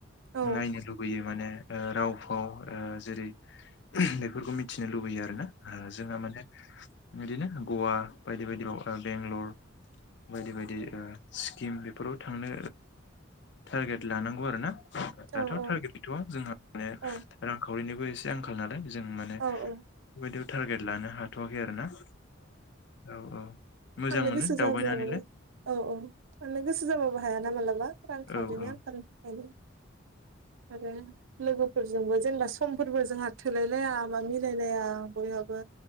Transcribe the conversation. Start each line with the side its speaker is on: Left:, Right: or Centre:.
Right: औ
Left: नायनो लुुबैयो माने राव फाव ओ जेरै बेफोरखौ मिथिनो लुबैयो आरो ना ओ जोंहा माने बिदिनो गवा बायदि बायदियाव बेंगलर बायदि बायदि ओ स्किम बेफोराव थांनो टारगेट लानांगौ आरो ना दाथ'
Right: औ
Left: टारगेट गैथ'वा जोंहा माने
Right: औ
Left: रांखावरिनिबो एसे आंखाल नालाय जों माने
Right: औ औ
Left: बिदिखौ टारगेट लानो हाथ'वाखै आरो ना औ औ मोजां
Right: थांनो
Left: मोनो
Right: गोसो
Left: दावबायनानैलाय
Right: जाब्ला मोनो औ औ थारनो गोसो जाबाबो हायाना मालाबा रां खावरिनि
Left: औ औ
Right: आंखालामनि थाखाय आरो लोगोफोरजोंबो जेनेबा समफोरबो जोंहा थोलाय लाया बा मिलायलाया बेहाबो